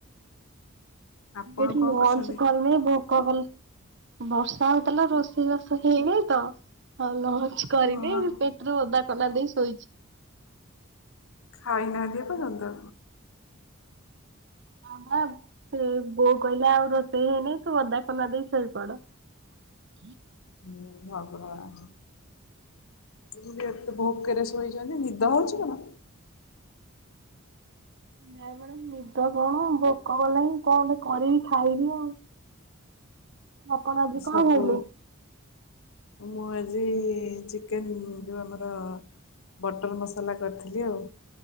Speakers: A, on the left; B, on the right.
A: ଆପଣ
B: ଏଠି
A: କଣ
B: ଲନ୍ଚ
A: କରୁଛନ୍ତି?
B: କରିନେଇଁ ଭୋକକଲା। ବର୍ଷା ହଉ ତାଥିଲା ରୋଷେଇବାଷ ହେଇନିହିଁ ତ ଆଉ ଲଅଚ କରିନି
A: ଓହୋ
B: ପେଟରେ ଓଦା ସନା ଦେଇ ଶୋଇଛି।
A: ଖାଇନାହାନ୍ତି ପର୍ଯ୍ୟନ୍ତ?
B: ଆମ ବ ସେ ବୋଉ କହିଲା ଆଉ ରୋଷେଇ ହେଇନି ତୁ ଓଦା କନା ଦେଇ ଶୋଇପଡ। ହ
A: ମୁଁ ଭଗବାନ। ମୁଁ ବି ଏତେ ଭୋକରେ ଶୋଇଚନ୍ତି ନିଦ ହୋଉଚି କଣ?
B: ନାଇଁ ମ୍ୟାଡାମ ନିଦ କଣ ଭୋକ କଲାଣି କଣ ଗୋଟେ କରିକି ଖାଇବି ଆଉ। ଆପଣ ଆଜି କଣ
A: ସବୁ
B: ଖାଇଲେ?
A: ମୁଁ ଆଜି ଚିକେନ ଯୋଉ ଆମର ବଟର ମସାଲା କରିଥିଲି ଆଉ।